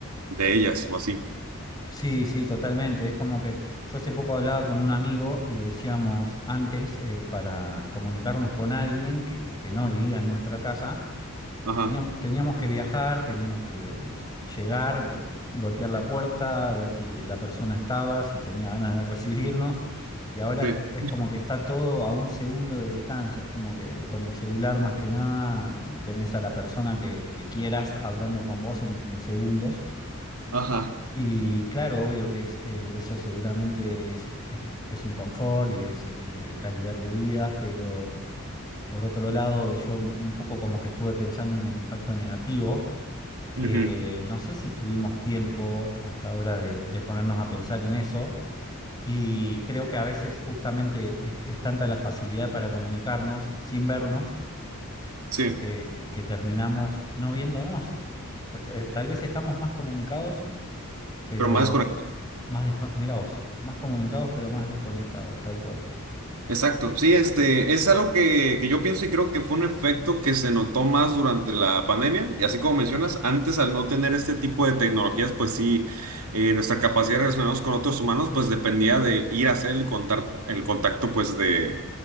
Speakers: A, on the right; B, on the left.
A: de ellas o así.
B: Sí, sí, totalmente. Es como que yo hace poco hablaba con un amigo y decíamos antes, eh, para comunicarnos con alguien que, que no vivía en nuestra casa,
A: Ajá,
B: teníamos, teníamos que viajar, teníamos que llegar, eh, golpear la puerta, ver si la persona estaba, si tenía ganas de recibirnos. Y ahora
A: sí,
B: es, es como que está todo a un segundo de distancia. Es como que con el celular más que nada tenés a la persona que, que quieras hablando con vos en en segundos.
A: ajá.
B: Y claro, obvio que es, eh, eso seguramente es, es- es un confort y es este, calidad de vida, pero por otro lado, yo un poco como que estuve pensando en el impacto negativo, que
A: ujú.
B: no sé si tuvimos tiempo hasta ahora de, de ponernos a pensar en eso, y creo que a veces justamente eh, es tanta la facilidad para comunicarnos sin vernos
A: Sí,
B: que, que terminamos no viéndonos. Que, eh, Tal vez estamos más comunicados pero
A: pero más desconectado.
B: más desco- mirá vos, más comunicados, pero más desconectados, tal cual.
A: Exacto, sí, este, es algo que, que yo pienso y creo que fue un efecto que se notó más durante la pandemia. Y así como mencionas, antes al no tener este tipo de tecnologías, pues sí, eh, nuestra capacidad de relacionarnos con otros humanos, pues dependía de ir a hacer el contar- el contacto, pues de,